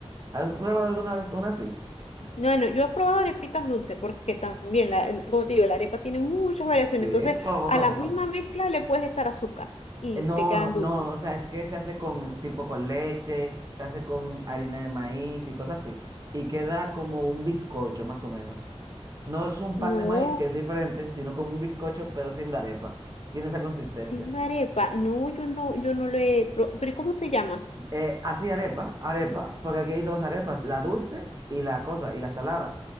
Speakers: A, on the right (about 35°); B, on the left (about 75°).
A: ¿Has probado alguna vez una así?
B: Bueno, yo he probado arepitas dulces porque también, la, el- como te digo, la arepa tiene muchas variaciones.
A: ¿Qué?
B: Entonces,
A: ¿Cómo,
B: a
A: cómo,
B: la misma
A: cómo?
B: mezcla le puedes echar azúcar y
A: Eh, No,
B: te quedan
A: no,
B: dulces.
A: no, o sea, es que se hace con, tipo con leche, se hace con harina de maíz y cosas así. Y queda como un bizcocho, más o menos. No es un pan
B: No.
A: de maíz, que es diferente, sino como un bizcocho, pero sin arepa. Tiene esa consistencia.
B: Sin arepa. No, yo no, yo no lo he. pro- ¿Pero cómo se llama?
A: Eh, así arepa, arepa, porque aquí hay dos arepas, la dulce y la cosa, y la salada.